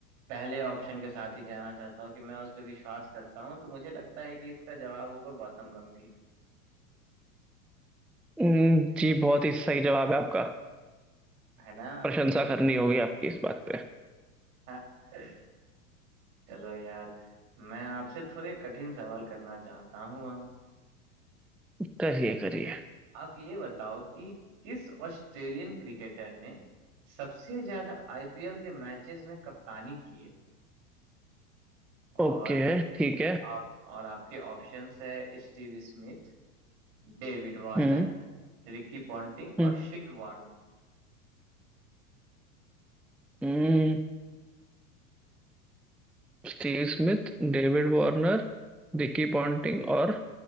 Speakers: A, on the right; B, in the centre.
A: पहले ऑप्शन के साथ ही जाना चाहता हूँ कि मैं उस पर विश्वास करता हूँ तो मुझे लगता है कि इसका जवाब होगा गौतम गंभीर
B: हम्म, जी बहुत ही सही जवाब है आपका
A: है ना
B: प्रशंसा करनी होगी आपकी इस बात
A: <laughs> चलो यार मैं आपसे थोड़े कठिन सवाल करना चाहता हूँ
B: करिए करिए
A: आप ये बताओ कि किस ऑस्ट्रेलियन क्रिकेटर ने सबसे ज्यादा आईपीएल के मैचेस में कप्तानी की है
B: ओके
A: और
B: ठीक है
A: आप और आपके ऑप्शंस है Steve Smith David Warner
B: हम्म
A: Ricky Ponting
B: हम्म
A: और शेन वॉर्न
B: हम्म, Steve Smith David Warner Ricky Ponting और